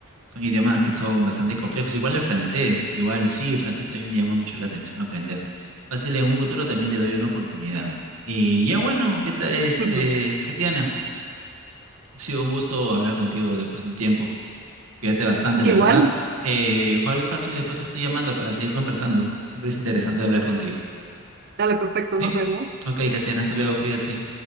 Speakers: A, on the right; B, on the right.
A: son idiomas que son bastante complejos. Igual el francés, igual sí, el francés también me llama mucho la atención aprender. Fácil, en un futuro también le doy una oportunidad. Y ya bueno, ¿qué tal este,
B: Ujú.
A: Katiana? Ha sido un gusto hablar contigo después de un tiempo. Cuídate bastante,
B: Igual,
A: la verdad. Eh, igual fácil, después te estoy llamando para seguir conversando. Siempre es interesante hablar contigo.
B: dale, perfecto,
A: ¿Sí?
B: nos vemos.
A: Ok, Katiana, hasta luego, cuídate.